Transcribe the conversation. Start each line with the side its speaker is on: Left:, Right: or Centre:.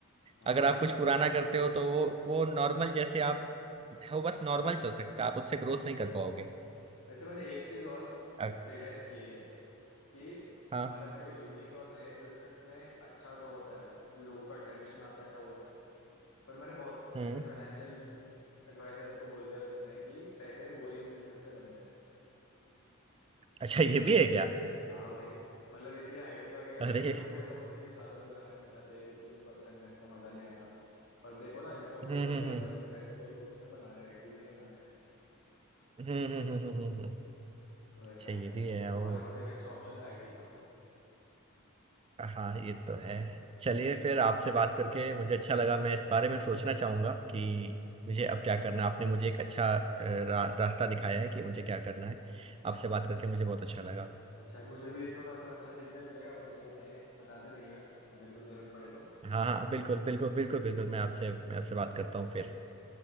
Left: हाँ
Right: अगर
Left: भाई
Right: आप कुछ पुराना करते हो तो वो वो नॉर्मल जैसे आप वो बस नॉर्मल चल सकता है आप उससे ग्रोथ नहीं कर पाओगे
Left: वैसे मैंने एक चीज और
Right: अग-
Left: रियलाइज की है ये कि
Right: हाँ
Left: मतलब देखो यूनिक और नए बिजनेस में अच्छा तो होता है लोगों का टेंशन आता है सब होता है पर मैंने बहुत
Right: हम्म
Left: ऐसे फाइनेंशियल एडवाइजर्स को बोलते हुए सुना है कि पैसे बोरिंग बिजनेस में बनता है
Right: अच्छा ये भी है क्या
Left: हाँ भाई मतलब इसलिए आईटी वगैरह
Right: अरे
Left: में ना लोग ऐसा बोलते हैं कि ज्यादा लोग जाना नहीं चाहते क्योंकि उनको अच्छा नहीं लगता मजा नहीं आता पर देखो ना इन्फोसिस
Right: हम्म
Left: वगैरह
Right: हम्म हम्म
Left: सब में पैसे तो लोग उसमें बना रहे हैं आईटी में ही बना रहे हैं
Right: हम्म हम्म हम्म, हम्म, हम्म।
Left: तो
Right: अच्छा
Left: ऐसा है
Right: ये
Left: मतलब
Right: भी है
Left: तुम्हारे
Right: ओ
Left: पास एक अच्छा ऑप्शन है आईटी का बहुत
Right: हाँ ये तो है चलिए फिर आपसे बात करके मुझे अच्छा लगा मैं इस बारे में सोचना चाहूंगा कि मुझे अब
Left: हाँ
Right: क्या करना
Left: हाँ
Right: है आपने मुझे एक अच्छा अ, रा, रास्ता दिखाया है कि मुझे क्या करना है आपसे बात करके मुझे बहुत अच्छा लगा
Left: अच्छा मुझे भी थोड़ा सा अच्छा सीखने मिलेगा आप मुझे बताइए बताते रहिएगा अगर कुछ जरूरत पड़े तो
Right: हाँ हाँ बिल्कुल बिल्कुल बिल्कुल बिल्कुल मैं आपसे मैं आपसे बात करता हूँ फिर